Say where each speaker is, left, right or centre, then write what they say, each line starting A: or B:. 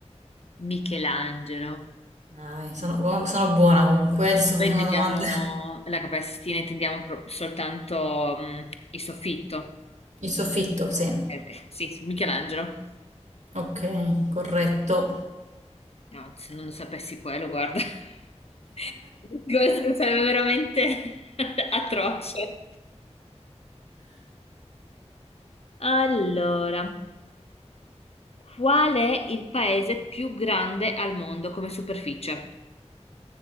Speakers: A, on the left; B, on the right.
A: Michelangelo.
B: Dai, sono, oh, sono buona comunque, eh, ti sto
A: Poi
B: facendo
A: intendiamo
B: domande. <laughs>
A: la Cappella Sistina, intendiamo pro- soltanto mh, il soffitto.
B: Il soffitto, sì.
A: Ok, ok. Sì, sì, Michelangelo.
B: Ok, corretto.
A: No, se non lo sapessi quello, guarda, <laughs> questo sarebbe veramente <laughs> atroce. Allora, qual è il paese più grande al mondo come superficie?